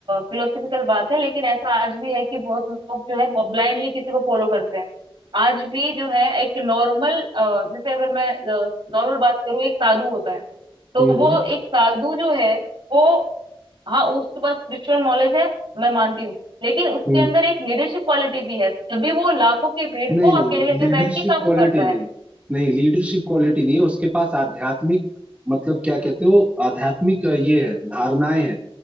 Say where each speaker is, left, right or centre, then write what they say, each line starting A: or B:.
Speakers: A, on the right (about 65°); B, on the right (about 15°).
A: फिलोसफिकल बात है लेकिन ऐसा आज भी है कि बहुत लोग जो है ब्लाइंडली किसी को फॉलो करते हैं आज भी जो है एक नॉर्मल जैसे अगर मैं नॉर्मल बात करूँ एक साधु होता है तो
B: हम्म
A: वो
B: हम्म
A: एक साधु जो है वो हाँ उसके पास स्पिरिचुअल नॉलेज है मैं मानती हूँ लेकिन उसके
B: हम्म।
A: अंदर एक लीडरशिप क्वालिटी भी है तभी वो लाखों की भीड़
B: नहीं
A: को
B: नहीं
A: अकेले
B: नहीं लीडरशिप
A: बैठ के काबू
B: क्वालिटी
A: करता
B: नहीं
A: है
B: नहीं लीडरशिप क्वालिटी नहीं है उसके पास आध्यात्मिक मतलब क्या कहते हो आध्यात्मिक अ, ये है धारणाएं हैं